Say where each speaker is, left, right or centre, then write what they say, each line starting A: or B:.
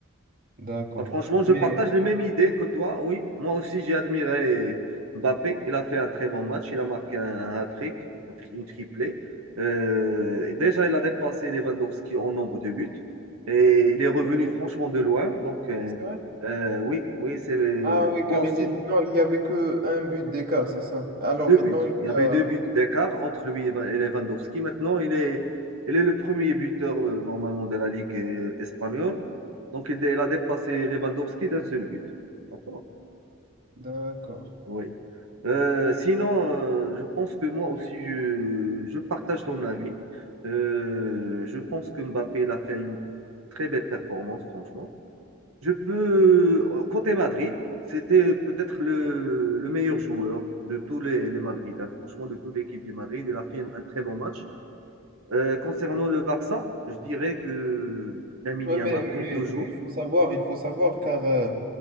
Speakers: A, on the right (about 45°); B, on the right (about 80°).
A: d'accord.
B: Ah, Franchement, je
A: Mais.
B: partage les mêmes idées que toi, oui. Moi aussi, j'ai admiré Mbappé. Il a fait un très bon match. Il a marqué un, un hat-trick, un tri- une triplée. Euh, déjà, il a dépassé Lewandowski en nombre de buts. Et il est revenu
A: Non, non,
B: franchement de loin. Donc, euh,
A: c'est vrai.
B: euh, oui, oui, c'est
A: Ah oui,
B: moi
A: car
B: aussi,
A: il est... non, il y avait que un but d'écart, c'est ça. Alors
B: deux
A: maintenant,
B: buts.
A: il
B: Il y
A: y
B: avait
A: a.
B: deux buts d'écart entre lui et Van- et Lewandowski. Maintenant, il est, il est le premier buteur euh, normalement de la Ligue euh, espagnole. Donc, il, il a dépassé Lewandowski d'un seul but. D'accord?
A: D'accord.
B: Oui. Euh, sinon, euh, je pense que moi aussi, je, je partage ton avis. Euh, je pense que Mbappé, il a fait une très belle performance, franchement. Je peux, côté Madrid, c'était peut-être le, le meilleur joueur de tous les, les Madrid, hein. Franchement, de toute l'équipe du Madrid. Il a fait un, un très bon match. Euh, concernant le Barça, je dirais que Lamine
A: Ouais,
B: Yamal,
A: mais,
B: comme
A: mais
B: toujours.
A: il faut savoir, il faut savoir, car. euh,